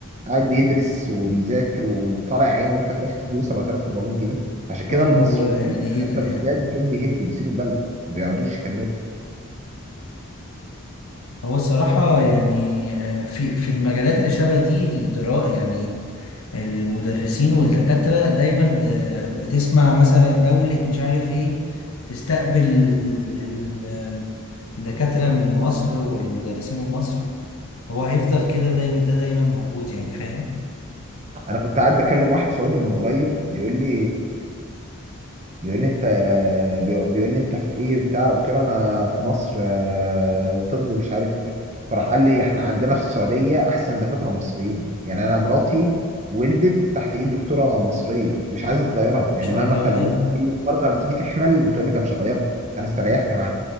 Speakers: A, on the right; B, on the left.
A: قاعد بيدرس وبيذاكر وطالع عينه وانت في الاخر تديله 7400 جنيه عشان كده
B: اه
A: المصريين
B: اللي هو يعني
A: في
B: ايه
A: الاكله
B: ده يعني
A: بالذات بتلاقيهم بيهجوا بيسيبوا البلد ما بيقعدوش يكملوا
B: هو الصراحة يعني آه، في في المجالات اللي شبه دي الدرا يعني المدرسين والدكاترة دايما ب- بتسمع مثلا دولة مش عارف ايه تستقبل ال- الدكاترة من مصر والمدرسين من مصر هو هيفضل كده دايما ده دايما موجود يعني فاهم
A: انا كنت قاعد بكلم واحد سعودي من قريب بيقول لي بيقول لي انت بيقول بيقول لي انت في ايه بتاع قلت له انا في مصر آه، طب مش عارف ايه فراح قال لي احنا عندنا في السعوديه احسن دكاتره مصريين يعني انا
B: مم.
A: مراتي ولدت تحت ايد دكتوره مصريه مش عايزه تغيرها
B: ان
A: يعني
B: شاء
A: مهما
B: الله
A: خلت
B: ايوه
A: كل مره لما تيجي تحمل تقول لك انا مش هغيرها انا استريحت معاها